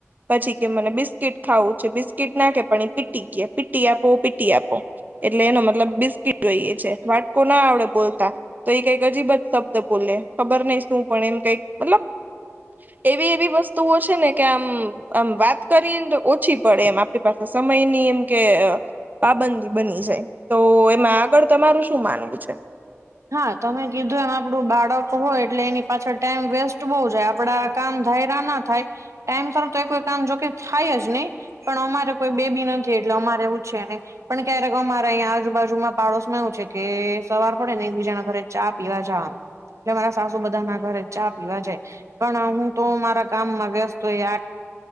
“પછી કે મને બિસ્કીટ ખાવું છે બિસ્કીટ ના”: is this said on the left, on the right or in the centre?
Right